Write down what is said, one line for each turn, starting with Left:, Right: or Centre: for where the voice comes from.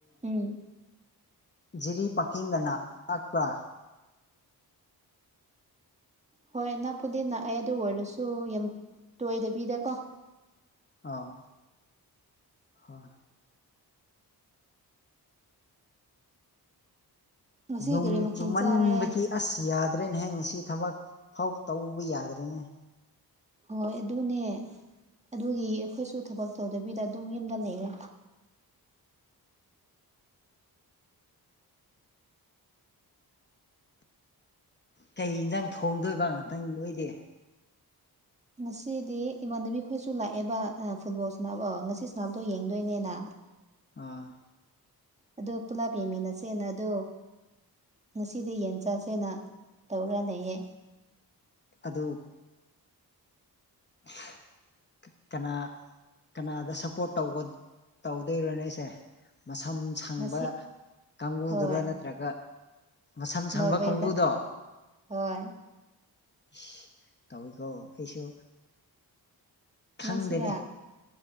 Right: ꯎꯝ
Left: ꯖꯤꯔꯤ ꯄꯥꯀꯤꯡꯒꯅ ꯅꯛꯕ꯭ꯔꯥ
Right: ꯍꯣꯏ ꯅꯛꯄꯨꯗꯤ ꯅꯛꯑꯦ ꯑꯗꯨ ꯑꯣꯏꯔꯁꯨ ꯌꯥꯝ ꯇꯣꯏꯗꯕꯤꯗꯀꯣ
Left: ꯑꯧ ꯍꯣꯏ
Right: ꯉꯁꯤ
Left: ꯅꯣꯡ
Right: ꯀꯔꯤ ꯃꯊꯦꯜ
Left: ꯆꯨꯃꯟꯕꯒꯤ
Right: ꯆꯥꯔꯦ
Left: ꯑꯁ ꯌꯥꯗ꯭ꯔꯦꯅꯦꯍꯦ ꯉꯁꯤ ꯊꯕꯛ ꯐꯥꯎ ꯇꯧꯕ ꯌꯥꯗ꯭ꯔꯦꯅꯦ
Right: ꯍꯣꯏ ꯑꯗꯨꯅꯦ ꯑꯗꯨꯒꯤ ꯑꯩꯈꯣꯏꯁꯨ ꯊꯕꯛ ꯇꯧꯗꯕꯤꯗ ꯑꯗꯨꯝ ꯌꯨꯝꯗ ꯂꯩꯔꯦ
Left: ꯀꯩ ꯏꯟꯖꯥꯡ ꯊꯣꯡꯗꯣꯏꯕ ꯉꯥꯛꯇꯪ ꯅꯣꯏꯗꯤ
Right: ꯉꯁꯤꯗꯤ ꯏꯃꯥꯟꯅꯕꯤ ꯈꯣꯏꯁꯨ ꯂꯥꯛꯑꯦꯕ ꯑꯥ ꯐꯨꯠꯕꯣꯜ ꯁꯥꯅꯕ ꯉꯁꯤ ꯁꯥꯅꯕꯗꯣ ꯌꯦꯡꯗꯣꯏꯅꯦꯅ
Left: ꯑꯥ
Right: ꯑꯗꯣ ꯄꯨꯂꯥꯞ ꯌꯦꯡꯃꯤꯟꯅꯁꯦꯅ ꯑꯗꯣ ꯉꯁꯤꯗꯤ ꯌꯦꯟ ꯆꯥꯁꯦꯅ ꯇꯧꯔꯒ ꯂꯩꯌꯦ
Left: ꯑꯗꯨ <inaudible> ꯀꯅꯥ ꯀꯅꯥꯗ ꯁꯞꯄꯣꯔꯠ ꯇꯧꯒ ꯇꯧꯗꯣꯏꯔꯣ ꯅꯣꯏꯁꯦ ꯃꯁꯝ ꯁꯪꯕ
Right: ꯉꯁꯤ
Left: ꯀꯥꯡꯕꯨꯗꯨꯔ
Right: ꯍꯣꯏ
Left: ꯅꯠꯇ꯭ꯔꯒ ꯃꯁꯝ ꯁꯪꯕ
Right: ꯅꯣꯔꯋꯦꯗ
Left: ꯀꯥꯡꯕꯨꯗꯣ
Right: ꯍꯣꯏ
Left: ꯏꯁ ꯇꯧꯋꯤꯀꯣ ꯑꯩꯁꯨ ꯈꯪꯗꯦꯅꯦ
Right: ꯅꯪꯁꯨꯔꯥ